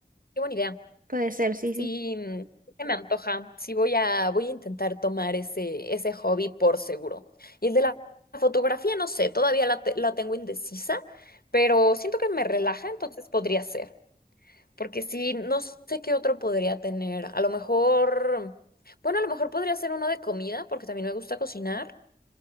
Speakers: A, on the left; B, on the right.
A: qué buena idea.
B: puede ser, sí, sí.
A: Sí, mm, sí se me antoja. Sí, voy a, voy a intentar tomar ese, ese hobby por seguro. Y el de la fotografía, no sé, todavía la, te- la tengo indecisa, pero siento que me relaja, entonces podría ser. Porque sí, no sé qué otro podría tener. A lo mejor, bueno, a lo mejor podría ser uno de comida, porque también me gusta cocinar.